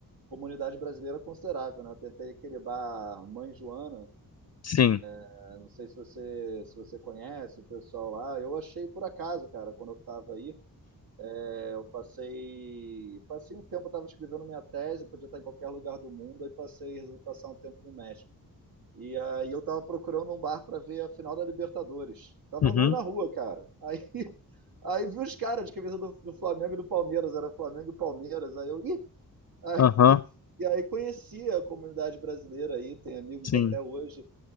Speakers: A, on the right (about 70°); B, on the left (about 45°).
A: comunidade brasileira considerável, né? Tentei aquele bar Mãe Joana,
B: Sim.
A: né? não sei se você, se você conhece o pessoal lá, eu achei por acaso, cara, quando eu estava aí, é, eu passei, passei um tempo, eu estava escrevendo minha tese, podia estar em qualquer lugar do mundo, aí passei, resolvi passar um tempo no México. E aí eu tava procurando um bar para ver a final da Libertadores. Tava
B: Uhum.
A: andando na rua, cara. Aí, <laughs> aí vi os caras de camisa do, do Flamengo e do Palmeiras, era Flamengo e Palmeiras. Aí eu, ih! <laughs>
B: Aham.
A: Aí, e aí conheci a comunidade brasileira aí, tem amigos
B: Sim.
A: até hoje.